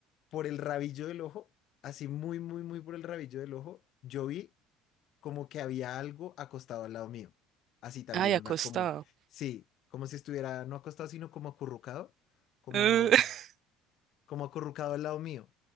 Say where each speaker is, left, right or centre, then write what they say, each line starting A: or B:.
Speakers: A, on the left (about 45°); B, on the right (about 45°).
A: por el rabillo del ojo, así muy, muy, muy por el rabillo del ojo, yo vi como que había algo acostado al lado mío. Así también
B: Ay, acostado.
A: una como, sí, como si estuviera no acostado, sino como acurrucado, como,
B: Uh, <laughs>
A: como acurrucado al lado mío.